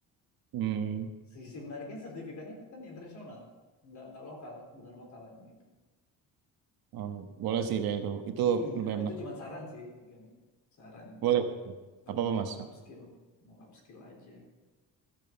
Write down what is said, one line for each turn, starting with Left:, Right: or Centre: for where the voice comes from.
Right: Mm.
Left: Sisi menariknya sertifikatnya itu kan internasional, nggak, nggak lokal, bukan lokalan itu.
Right: Oh, boleh sih kayak itu. Itu
Left: Iya,
Right: lumayan
Left: itu
Right: menarik.
Left: cuma saran sih, Gani. Saran
Right: Boleh. boleh.
Left: kalau
Right: Apa apa
Left: mau
Right: Mas?
Left: upskill, mau upskill aja.